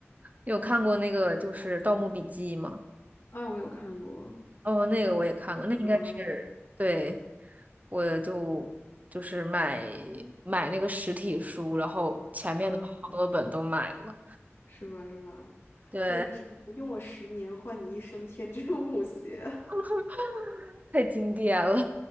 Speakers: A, on the right; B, on the left.
A: 你有看过那个就是《盗墓笔记》吗？
B: 啊，我有看过，
A: 哦，那个我也看过，那应该是对，
B: 有啊，
A: 我就就是买买那个实体书，然后前面的好多本都买了，
B: 啊，是吧是吧？
A: 对，
B: 那个什么，用我十年换你一生天真无邪，
A: <laughs> 太经典了，